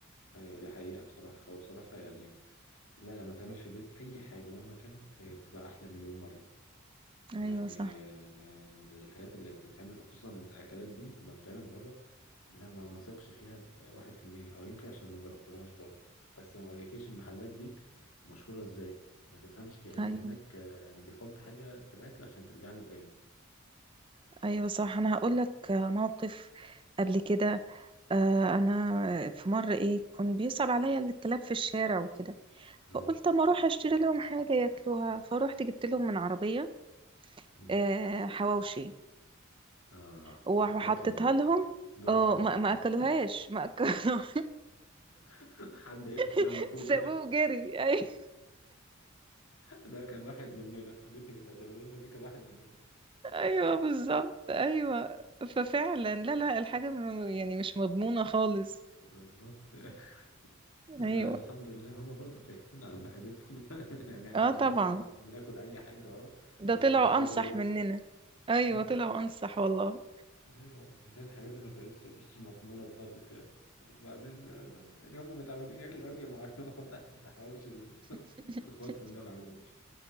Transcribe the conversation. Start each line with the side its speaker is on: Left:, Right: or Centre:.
Left: ايوه دي حقيقة بصراحة هو بصراحة يعني لا لما تعمل في البيت اي حاجة مهما كانت هي بتبقى احلى مليون مرة
Right: ايوه
Left: يعني
Right: صح
Left: آه، الحاجات اللي بتتعمل خصوصا الأكلات دي لما بتتعمل بره لا ما ما ثقش فيها بواحد في المية أو يمكن عشان ما جربتهاش برضه بس ما أقولكيش المحلات دي مشهورة إزاي ما تفهمش كأنه
Right: ايوه
Left: هناك آه، يعني بيحط حاجة في الأكل عشان ترجع له تاني
Right: ايوه صح انا هقول لك موقف قبل كده آه، انا في مرة ايه كان بيصعب عليا الكلاب في الشارع وكده
Left: آه.
Right: فقلت اما اروح اشتري لهم حاجة ياكلوها فروحت جبت لهم من عربية
Left: مم.
Right: آه، حواوشي
Left: آه
Right: وحطيتها
Left: إخواتهم دول
Right: لهم
Left: دول
Right: اه
Left: إخواتهم
Right: ما ما
Left: بقى
Right: اكلوهاش ما اكلوها
Left: <laughs> حد ياكل في
Right: <laughs>
Left: دم أخوه كده
Right: سابوه وجري ايوه
Left: ده كان واحد مننا اللي أنت بتقدمه لنا ده كان واحد مننا
Right: ايوه بالظبط ايوه ففعلا لا لا الحاجة م- يعني مش مضمونة خالص
Left: بالظبط <laughs> بس
Right: ايوه
Left: يعني الحمد لله هما برضو خايفين على معدتهم <laughs> يعني احنا
Right: اه
Left: اه
Right: طبعا
Left: بناكل بناكل اي حاجه اه
Right: ده
Left: بس
Right: طلعوا
Left: مش
Right: انصح
Left: للدرجه
Right: مننا
Left: دي
Right: ايوه
Left: اه
Right: طلعوا انصح والله
Left: ايوه وبعدين الحاجات دي ما بقتش <laughs> مش مضمونه خالص يعني وبعدين آه، لا يعني هما متعودين ياكلوا اكل معين <laughs> واضح ان حواوشي ال- <laughs>
Right: <laughs>
Left: اخواتهم ده ما عجبهمش